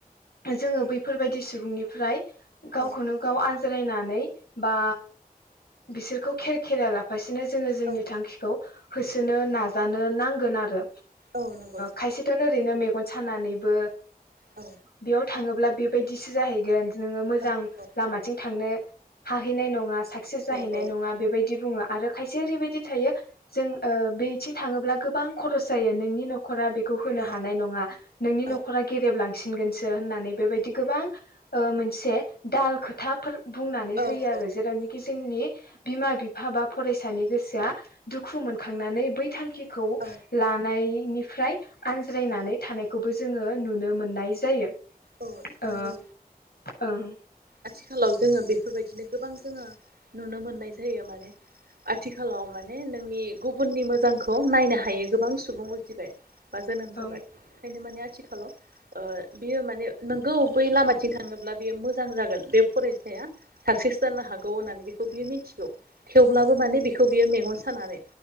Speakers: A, on the left (about 90°); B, on the right (about 80°).
A: जोङो बैफोरबायदि सुबुंनिफ्राय।
B: औ
A: खुनु गाव आनज्रायनानै बा बिसोरखौ खेर खेरा लाफासेनो जोङो जोंनि
B: औ
A: थांखिखौ होसोनो नाजानो नांगोन आरो।
B: औ नंगौ नंगौ
A: खायसेथनो ओरैनो मेगन सानानैबो
B: औ
A: बेयाव थाङोब्ला बेबायदिसो जाहैगोन नोङो मोजां।
B: औ औ
A: लामाथिं थांनो हाहैनाय नङा साक्सेस जाहैनाय
B: औ
A: नङा बेबायदि बुङो। आरो खायसे ओरैबायदि थायो जों बेथिं थाङोब्ला गोबां खरस जायो नोंनि न'खरा बे खौ होनो
B: औ
A: हानाय नङा नोंनि
B: औ
A: न'रा गेरेबलां सिनगोनसो बेबादि गोबां मोनसे खोथाफोर बुंनानै
B: औ
A: होयो आरो
B: औ
A: जेरावनाखि जोंनि बिमा बिफा बा फरायसानि गोसोआ दुखु मोनखांनानै बै थांखि खौ
B: औ
A: लानाय निफ्राय आनज्रायनानै थानायखौबो जोङो नुनो मोननाय जायो
B: औ
A: ओ
B: नंगौ
A: ओं
B: आथिखालाव जोङो बेफोरबायदिनो गोबां जोङो नुनो मोननाय जायो माने आथिखालाव माने नोंनि गुबुननि मोजांखौ नायनो हायो गोबां सुबुं उजिबाय बा जोनोम
A: औ
B: जाबाय ओंखायनो माने आथिखालाव बियो माने नोंगौ बै लामाथिं थांनोब्ला बेयो मोजां जागोन बे फरायसाया साक्सेस जानो हागौ होननानै बेखौ बियो मिथिगौ थेवब्लाबो माने बेखौ बियो मेगन सानानै